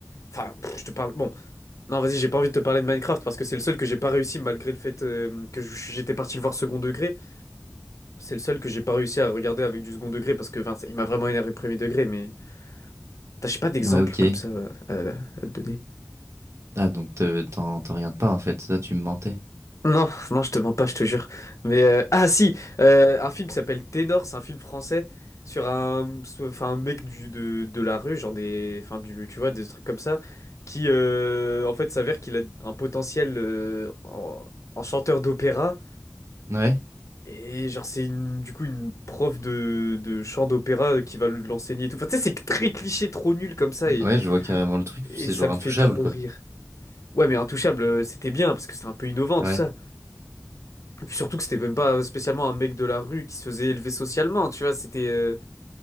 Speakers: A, on the left; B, on the right.
A: Enfin, pff, je te parle. Bon, non, vas-y, j'ai pas envie de te parler de Minecraft parce que c'est le seul que j'ai pas réussi malgré le fait euh, que je- j'étais parti le voir second degré. C'est le seul que j'ai pas réussi à regarder avec du second degré parce que, enfin, il m'a vraiment énervé premier degré, mais. T'as, j'ai pas d'exemple
B: Ouais, ok.
A: comme ça euh, à à te donner.
B: Ah, donc te- t'en t'en regardes pas, en fait. Ça, tu me mentais.
A: Non, non, je te mens pas, je te jure. Mais euh, ah si, euh, un film qui s'appelle Ténor, c'est un film français sur un, sur- enfin un mec du de, de la rue, genre des, enfin du, tu vois, des trucs comme ça, qui euh, en fait s'avère qu'il a un potentiel euh, en, en chanteur d'opéra
B: Ouais.
A: et genre c'est une, du coup une prof de, de chant d'opéra euh, qui va le- l'enseigner et tout. Enfin tu sais, c'est très cliché, trop nul comme ça et
B: Ouais, je vois carrément le truc.
A: et
B: C'est
A: ça
B: genre
A: me
B: intouchable,
A: fait trop
B: quoi.
A: rire. Ouais, mais Intouchable, euh, c'était bien parce que c'était un peu innovant
B: Ouais.
A: tout ça. Et puis surtout que c'était même pas spécialement un mec de la rue qui se faisait élever socialement, tu vois, c'était... euh,